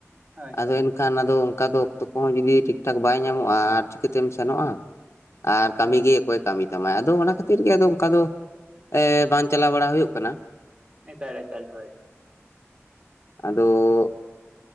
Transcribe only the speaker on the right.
ᱦᱳᱭ
ᱦᱳᱭ
ᱦᱳᱭ
ᱦᱳᱭ
ᱮᱠᱟᱞ ᱮᱠᱟᱞ ᱦᱳᱭ ᱾